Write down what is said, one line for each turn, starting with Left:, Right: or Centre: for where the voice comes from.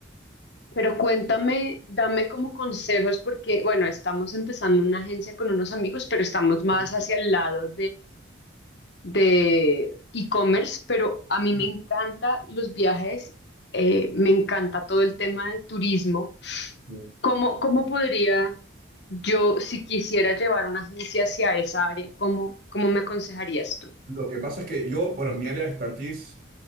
Left: Pero cuéntame, dame como consejos porque, bueno, estamos empezando una agencia con unos amigos, pero estamos más
Right: Sí,
Left: hacia el lado de e-commerce, pero a mí
Right: sí,
Left: me encanta los viajes, eh, me encanta todo el tema del turismo.
Right: sí.
Left: ¿Cómo, cómo podría yo, si quisiera llevar una agencia hacia esa área, cómo, cómo me aconsejarías tú?
Right: Lo que pasa es que yo, bueno, mi área de expertise